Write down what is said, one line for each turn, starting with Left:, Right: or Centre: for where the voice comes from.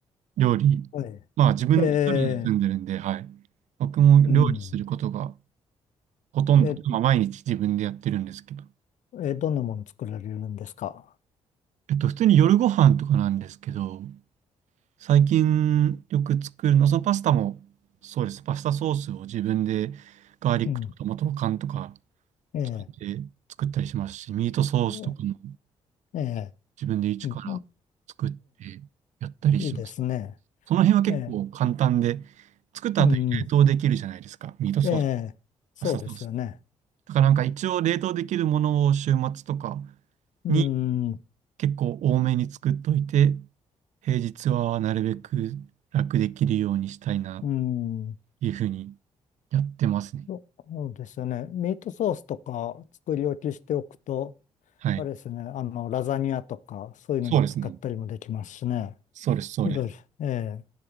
Right: 料理、
Left: はい。
Right: まあ自分で一人に住んでるんで、
Left: ええ、
Right: はい。僕も料理することが
Left: うん。
Right: ほとんど、
Left: え、
Right: まあ毎日自分でやってるんですけど。
Left: え、どんなもの作られるんですか
Right: えっと、普通に夜ご飯とかなんですけど、最近よく作るの、そのパスタも、そうです。パスタソースを自分でガーリックとかトマト缶とか
Left: うん。ええ、
Right: 作って作ったりしますし、ミートソースとかも
Left: ええ、
Right: 自分で一から作って
Left: ええい
Right: やったりします。
Left: い、いいですね。
Right: その辺は結構簡単で、
Left: ええ、
Right: 作った後に冷凍できるじゃないですか。
Left: うん、
Right: ミートソース、
Left: ええ、そうですよね。
Right: パスタソース。だからなんか一応冷凍できるものを週末とか
Left: うん、
Right: に結構多めに作っといて、平日はなるべく楽できるようにしたいなっ
Left: うん、
Right: ていうふうにやってますね。
Left: そそうですよね。ミートソースとか作り置きしておくと、
Right: はい。
Left: あれですね、あの、ラザニアとか、そういうのに使ったりもできますしね。
Right: そうですね。そうです、そうです。
Left: いろいろ、ええ、